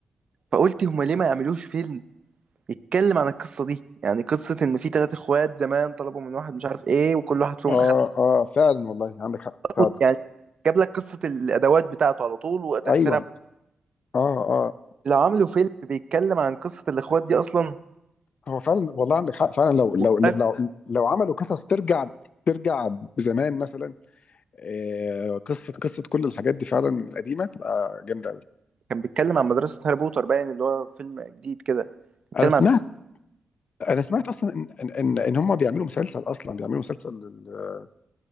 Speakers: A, on the right (about 55°); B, on the left (about 65°).
A: فقلت هم ليه ما يعملوش فيلم يتكلم عن القصه دي يعني قصه ان في ثلاثة اخوات زمان طلبوا من واحد مش عارف ايه وكل واحد فيهم
B: اه
A: اخد
B: اه فعلا والله عندك حق
A: طلبه.
B: فعلا
A: يعني جاب لك قصه الادوات بتاعته على طول وتاثيرها
B: ايوه اه اه
A: لو عملوا فيلم بيتكلم عن قصه الاخوات دي اصلا
B: هو فعلا والله عندك حق فعلا لو لو
A: والله
B: لو لو, لو عملوا قصص ترجع ترجع زمان مثلا آه، قصه قصه كل الحاجات دي فعلا قديمه تبقى جامده قوي
A: كان بيتكلم عن مدرسة هاري بوتر باين اللي هو فيلم جديد كده بيتكلم
B: انا سمعت
A: عن
B: انا سمعت اصلا ان ان ان, إن هم بيعملوا مسلسل اصلا بيعملوا مسلسل لل-